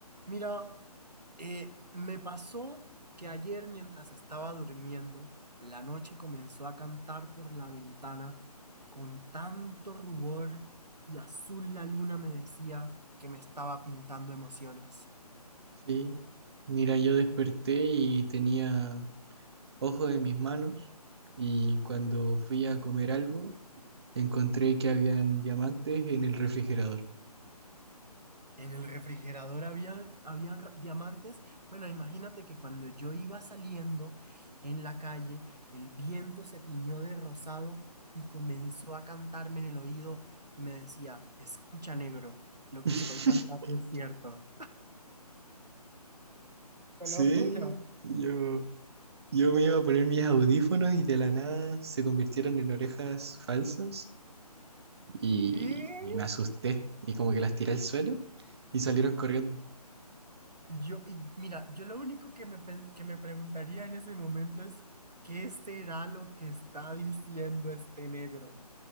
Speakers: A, on the right; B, on the right.
A: Mira, eh, me pasó que ayer mientras estaba durmiendo, la noche comenzó a cantar por la ventana con tanto rubor y azul la luna me decía que me estaba pintando emociones.
B: Sí, mira, yo desperté y tenía ojo en mis manos y cuando fui a comer algo, encontré que habían diamantes en el refrigerador.
A: En el refrigerador había, habían ra- diamantes. Bueno, imagínate que cuando yo iba saliendo en la calle, el viento se tiñó de rosado y comenzó a cantarme en el oído y me decía, escucha negro, lo
B: <laughs>
A: que estoy cantando es cierto. Te
B: Sí,
A: lo juro.
B: yo, yo me iba a poner mis audífonos y de la nada se convirtieron en orejas falsas y,
A: Y
B: y me asusté y como que las tiré al suelo y salieron corriendo.
A: yo, y mira, yo lo único que me, pen- que me preguntaría en ese momento es, ¿qué será lo que está diciendo este negro?